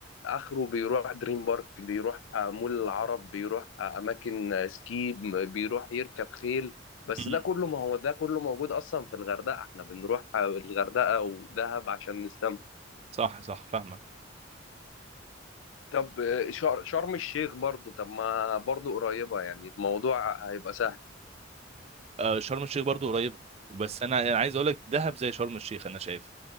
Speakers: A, on the left (about 85°); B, on the right (about 35°).
A: آخره بيروح دريم بارك بيروح مول العرب بيروح أماكن سكي بيروح يركب خيل بس
B: مم.
A: ده كله ما هو ده كله موجود أصلا في الغردقة إحنا بنروح الغردقة ودهب عشان نستمتع
B: صح صح فاهمك
A: طب شر- شرم الشيخ برضو طب ما برضو قريبة يعني الموضوع هيبقى سهل
B: آه، شرم الشيخ برضو قريبه بس انا أنا عايز اقول لك دهب زي شرم الشيخ انا شايف